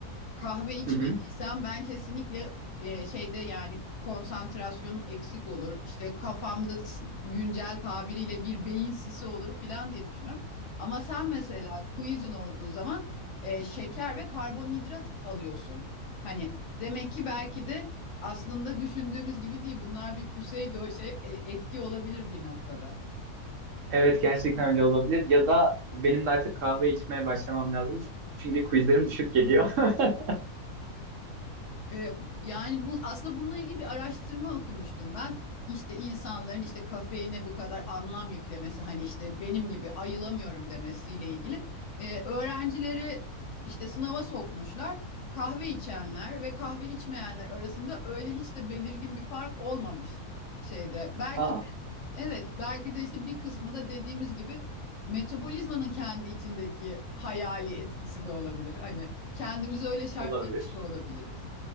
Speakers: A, on the left; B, on the right.
A: Kahve içmediysem
B: Hı hı.
A: ben kesinlikle e, şeyde yani konsantrasyonum eksik olur. İşte kafamda s- güncel tabiriyle bir beyin sisi olur filan diye düşünüyorum. Ama sen mesela quizin olduğu zaman e, şeker ve karbonhidrat alıyorsun. Hani demek ki belki de aslında düşündüğümüz gibi değil. Bunlar bir pseudo şey e, etki olabilir bir noktada.
B: Evet gerçekten öyle olabilir. Ya da benim de artık kahve içmeye başlamam lazım. Çünkü quizlerim düşük geliyor. <laughs>
A: Ee, yani bu aslında bununla ilgili bir araştırma okumuştum ben. İşte insanların işte kafeine bu kadar anlam yüklemesi hani işte benim gibi ayılamıyorum demesiyle ilgili. Ee, öğrencileri işte sınava sokmuşlar. Kahve içenler ve kahve içmeyenler arasında öyle hiç de belirgin bir fark olmamış şeyde. Belki
B: Aa,
A: Evet, belki de işte bir kısmı da dediğimiz gibi metabolizmanın kendi içindeki hayali etkisi de olabilir. Hani kendimizi öyle şartlamış
B: olabilir.
A: da olabiliriz.